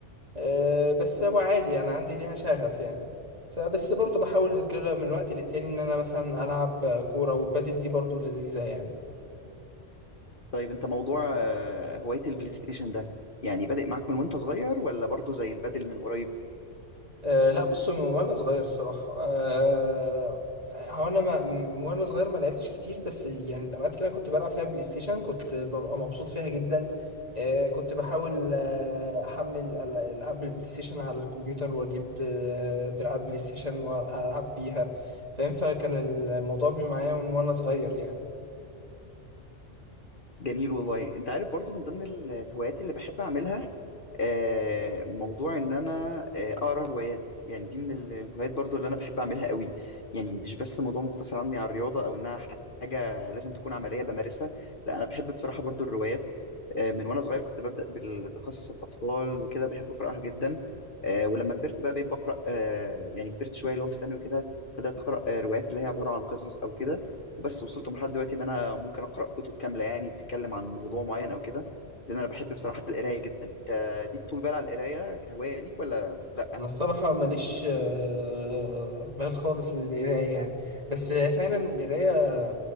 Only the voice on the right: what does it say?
أه بس هو عادي انا عندي ليها شغف يعني فبس برضو بحاول كده من وقت للتاني ان انا مثلا العب كورة والبادل دي برضو لذيذة يعني
أه لا بص من وانا صغير الصراحة أه هو انا ما م- وانا صغير ما لعبتش كتير بس يعني الاوقات اللي انا كنت بلعب فيها بلاي ستيشن كنت ببقى مبسوط فيها جدا أه كنت بحاول آه، احمل ال- العاب البلاي ستيشن على الكمبيوتر واجيب آه، دراعات بلاي ستيشن والعب بيها فاهم فكان الموضوع بي- معايا من وانا صغير يعني
انا الصراحه ماليش آه، بال خالص للقرايه يعني بس فعلا القرايه